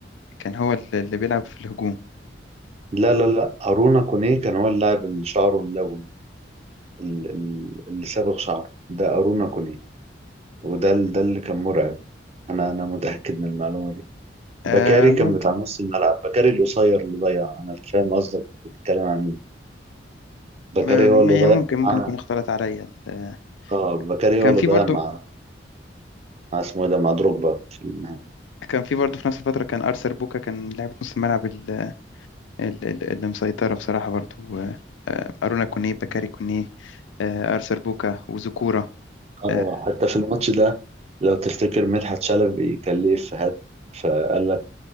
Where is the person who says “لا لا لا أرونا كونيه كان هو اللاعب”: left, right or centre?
Right